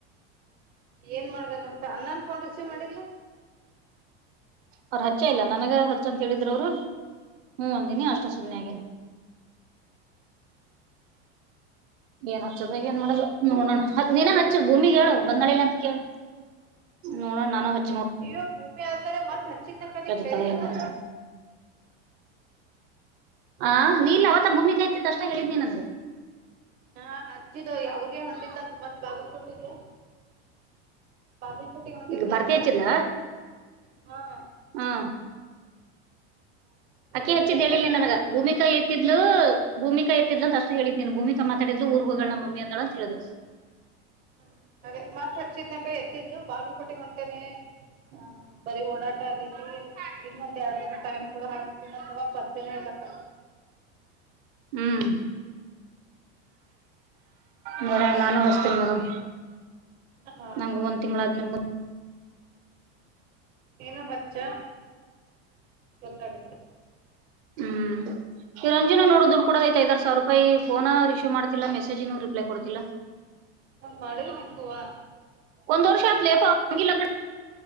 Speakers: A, on the right; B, on the right.
A: ಏನ್ ಮಾಡ್ಬೇಕಂತ ಅನ್ನನ್ ಕೊಂಡ್ ಸೀವ್ ಮಾಡಿಲ್ಲ
B: ಅವರು ಹಚ್ಚ ಇಲ್ಲ ನನಗ ಹಚ್ಚಂತ ಹೇಳಿದ್ರು ಅವರು ಹ ಒಂದಿನಿ ಅಷ್ಟಷ್ಟ ಸುನೆೆ ಆಗ ಏನ್ ಹತ್ತದಾಗ ಏನ್ ಮಾಡೋ ನೋಡೋಣ ದಿನ ಹಚ್ಚು ಭೂಮಿ ಹೇಳು ಬಂದ್ಾಳಿಲ್ಲ ಅಂತ ಕೇಳ ನೋಡೋಣ ನಾನು ಹಚ್ಚ
A: ಇವಾಗ ಭೂಮಿ ಆದತಾರೆ ಮತ್ ಹಚ್ಚಿದನಕ್ಕನಿಂಗ
B: ಎತ್ತತಾಳ
A: ಹೇಳಿಲ್ಲನಾ
B: ಏನ್ ಮಾಡೋದು ಆ ನೀಲ್ ಅವತ ಭೂಮಿಕಾ ಆಐ್ದ ಅಷ್ಟ ಹೇಳಿದ್ಿ ನನ್ಗೆ
A: ಹಾ ಹಚ್ಚಿದ್ದು ಯ ಅವ್ರಗೆ ಹೊಂಟಿದ್ದಂತ ಮತ್ ಬಾಗಿಲಿಕುಟ್ಟಿಗೆ ಬಾಗಿಲ್ ಕುುಟಿ ಹೊಂಟಿದ್ಲಂತ
B: ಈಗ ಭರ್ತಿ ಹಚ್ಚಿದ್ಲ
A: ಹ
B: ಹಾ ಅಕ್ಕಿ
A: ಹೋಗ್ಬೇಕಾದ್ರ
B: ಹಚ್ಚಿದ ಹೇಳಿಲ್ಲ ನನಗ ಭೂಮಿಕಾ ಿದ್ಲು ಭೂಮಿಕಾ ಎತ್ತಿದ್ ಅಷ್ಟ ಹೇಳಿದ್ೇನು ಭೂಮಿಕ ಮಾತಾಡಿದ್ ಊರುಗಳನ್ನ ಮಮ್ಮಿ ಅಂದಳ ಅಂತ ಹೇಳಿದ್
A: ಹ್ಮ ಅದೇ ಮಾತ್ ಹಚ್ಚಿದ್ನಕ್ಕ ಎತ್ತಿದ್ದು ಬಾಗಿಲಪೋಟ್ಟಿಗ್ ಹೊಂಟೇನೆ ಹ ಬರಿೀ ಓಡಾಟ ಆಗೇತಿ ಇನ್ನೊಂದ್ ಎರಡ್ ದಿನ ಟೈಮ್ ಕಗಳು ಹಾಕ್ತಲ್ವಾ ಪತ್ತ ದಿನ ಹೇಳಲಕ್ಕ
B: ಹ್ಮ್ ನೋಡ ನಾನು ಬಸ್ತೀನಿ ಮೇಡಮ್
A: ಹಾ
B: ನಂಗಗೆ ಒಂದ್ ತಿಂಗಳ ಆದ್ಮೇಲೆ
A: ಏನು ಹಚ್ಚ ಗೊತ್ತಾಗುತ್ತೆ
B: ಹ್ಮ್ ಈ ರಂಜು ನೋ ದುಡ್ ಕೊಡೋದ್ ಐತಿ ಐದರ್ ಸ ವಿರುಪಾಯಿ ಫೋನರಿಶವ್ ಮಾಡತಿಲ್ಲ ಮೆಸೇಜುನು ರಿ ಅಲೈ ಕೊಡ್ತಿಲ್ಲ
A: ಹಂಗ್ ಮಾಡಿದ್ರೆ ಹೆಂಗುವ ಹಾ
B: ಒಂದೊರ್ಶಲಾ ಐತ್ಲೇಪ್ಪ <unintelligible>